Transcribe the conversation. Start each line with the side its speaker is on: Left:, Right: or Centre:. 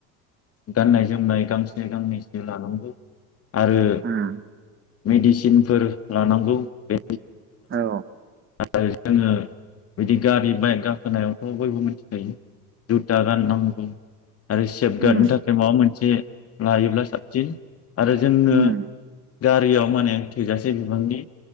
Left: गाननाय जोमनाय गांसे गांनैसो लानांगौ। आरो
Right: उम
Left: मेडिसिनफोर लानांगौ बे
Right: औ।
Left: आरो जोङो बिदि गारि बाइक गाखोनायावथ' बयबो मोनथिखायो जुथा गाननांगौ आरो गारनो
Right: उम
Left: थाखाय माबा मोनसे लायोब्ला साबसिन आरो जोंनो
Right: उम
Left: गारियाव माने थोजासे बिबांनि